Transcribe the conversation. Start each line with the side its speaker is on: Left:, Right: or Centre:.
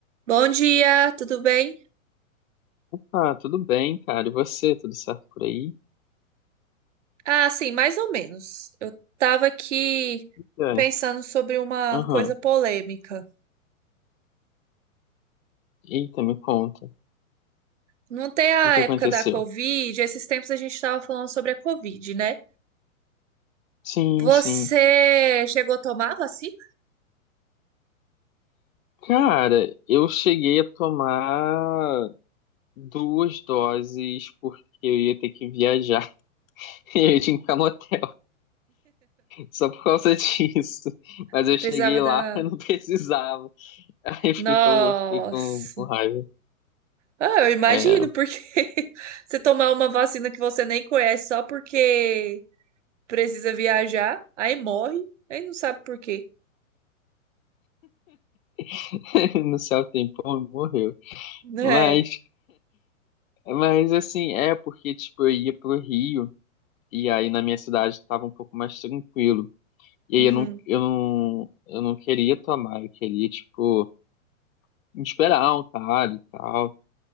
Right: Bom dia, tudo bem?
Left: Ah, tudo bem, cara. E você, tudo certo por aí?
Right: Ah, sim, mais ou menos. Eu tava aqui
Left: É.
Right: pensando sobre uma
Left: Aham.
Right: coisa polêmica.
Left: Eita, me conta. O
Right: Não tem a
Left: que que
Right: época
Left: aconteceu?
Right: da Covid, esses tempos a gente tava falando sobre a Covid, né?
Left: Sim,
Right: Você
Left: sim.
Right: chegou a tomar a vacina?
Left: Cara, eu cheguei a tomar duas doses porque eu ia ter que viajar. <laughs> E eu tinha que ficar no hotel só por causa disso. Mas
Right: Não
Left: eu
Right: Precisava
Left: cheguei
Right: da.
Left: lá, <laughs> eu não precisava. Aí eu
Right: Nossa!
Left: fiquei, tão, fiquei com, com raiva.
Right: Ah, eu imagino,
Left: É,
Right: porque <laughs> você tomar uma vacina que você nem conhece só porque precisa viajar, aí morre, aí não sabe por quê,
Left: <laughs> no céu tem pão, morreu.
Right: né?
Left: Mas, mas assim, é porque, tipo, eu ia pro Rio. E aí na minha cidade estava um pouco mais tranquilo. E
Right: Uhum.
Left: aí eu não, eu não, eu não queria tomar, eu queria, tipo, esperar um cara e tal.